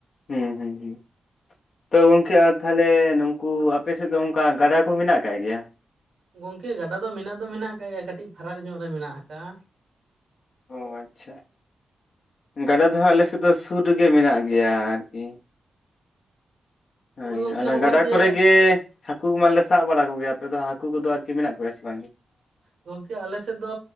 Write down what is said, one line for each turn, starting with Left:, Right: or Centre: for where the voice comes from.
Left: ᱦᱩᱸ ᱦᱩᱸ ᱦᱩᱸ ᱛᱚ ᱜᱚᱝᱠᱮ ᱟᱨ ᱛᱟᱦᱞᱮ ᱱᱚ ᱼᱼ ᱟᱯᱮᱥᱮᱫ ᱫᱚ ᱚᱱᱠᱟ ᱜᱟᱰᱟ ᱠᱚ ᱢᱮᱱᱟᱜ ᱟᱠᱟᱫ ᱜᱮᱭᱟ᱾
Right: ᱜᱚᱝᱠᱮ ᱜᱟᱰᱟ ᱫᱚ ᱢᱮᱱᱟᱜ ᱫᱚ ᱢᱮᱱᱟᱜ ᱟᱠᱟᱫ ᱜᱮᱭᱟ ᱠᱟᱹᱴᱤᱡ ᱯᱷᱟᱨᱟᱠ ᱧᱚᱜ ᱨᱮ ᱢᱮᱱᱟᱜ ᱟᱠᱟᱜ-ᱟ᱾
Left: ᱚ ᱟᱪᱷᱟ ᱜᱟᱰᱟ ᱫᱚ ᱦᱟᱸᱜ ᱟᱞᱮ ᱥᱮᱫ ᱫᱚ ᱥᱩᱨ ᱨᱮᱜᱮ ᱢᱮᱱᱟᱜ ᱜᱮᱭᱟ ᱟᱨᱠᱤᱼᱼ ᱦᱳᱭ
Right: ᱛᱚᱵᱮ ᱜᱚᱝᱠᱮ
Left: ᱚᱱᱟ
Right: ᱦᱚᱸᱜᱼᱚᱭ
Left: ᱜᱟᱰᱟ
Right: ᱡᱮ
Left: ᱠᱚᱨᱮ ᱜᱮᱼᱼ ᱦᱟᱹᱠᱩ ᱠᱚ ᱢᱟᱞᱮ ᱥᱟᱵ ᱵᱟᱲᱟ ᱠᱚᱜᱮᱭᱟ᱾ ᱟᱯᱮ ᱫᱚ ᱦᱟᱹᱠᱩ ᱠᱚᱫᱚ ᱟᱨᱠᱤ ᱢᱮᱱᱟᱜ ᱠᱚᱜᱭᱟ ᱥᱮ ᱵᱟᱝᱜᱮ?
Right: ᱜᱚᱢᱠᱮ ᱟᱞᱮ ᱥᱮᱫ ᱫᱚ